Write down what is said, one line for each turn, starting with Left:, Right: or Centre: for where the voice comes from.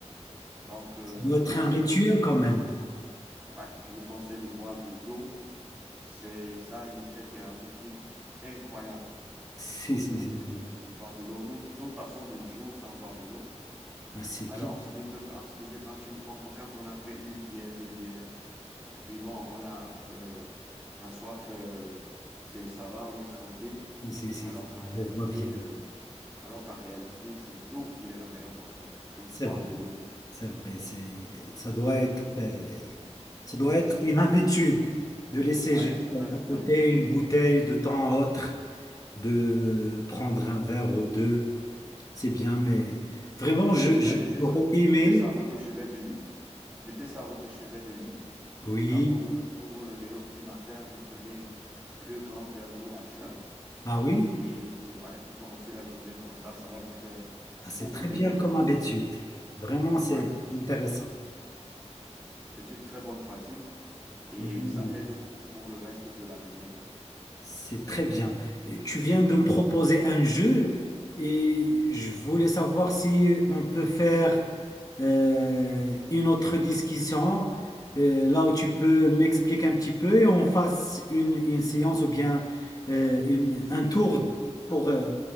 Right: Donc, euh,
Left: Ça doit être
Right: moi,
Left: un
Right: je
Left: rituel
Right: vous conseille,
Left: quand même.
Right: ouais, je vous conseille de boire de l'eau. C'est, ça a un effet thérapeutique incroyable.
Left: Si,
Right: Donc,
Left: si,
Right: euh,
Left: si.
Right: il
Left: oui.
Right: faut, il faut boire de l'eau. Nous, nous passons des jours sans boire de l'eau.
Left: Ah, c'est
Right: Alors,
Left: bien,
Right: on se dit que, on se dit que quand tu, on- on- quand on a pris une bière, deux bières, et puis bon, on a euh, la soif, euh, c'est, ça va, on est tranquille.
Left: C'est- c'est- c'est-
Right: Alors qu'en réalité,
Left: je vois bien.
Right: euh, alors qu'en réalité, c'est l'eau qui est la meilleure boisson. Il faut boire
Left: C'est vrai,
Right: de l'eau.
Left: c'est vrai. C'est, ça doit être, euh, ça doit être une habitude de laisser
Right: Ouais,
Left: juste
Right: ça doit être
Left: à côté
Right: une habitude.
Left: une bouteille de temps à autre, de prendre un verre ou deux. C'est bien, mais vraiment, je,
Right: Ben,
Left: je-
Right: mettez
Left: j'aurais
Right: ça,
Left: aimé.
Right: mettez ça à votre chevet du lit. Mettez ça à votre chevet du lit.
Left: Oui.
Right: Quand vous vous, vous vous réveillez au petit matin, vous prenez deux grands verres d'eau à jeun.
Left: Ah oui?
Right: Et ouais, vous commencez la journée comme ça, ça va vous faire
Left: Ah,
Right: beaucoup
Left: c'est très
Right: de
Left: bien
Right: bien.
Left: comme habitude. Vraiment, c'est
Right: Ouais,
Left: intéressant.
Right: c'est une très bonne pratique et
Left: Oui.
Right: ça aide beaucoup pour le reste de la journée.
Left: C'est très bien. Et Tu viens de me proposer un jeu et je voulais savoir si on peut faire euh, une autre discussion euh, là où tu peux m'expliquer un petit peu et on fasse une, une séance ou bien euh, une- un tour pour, euh,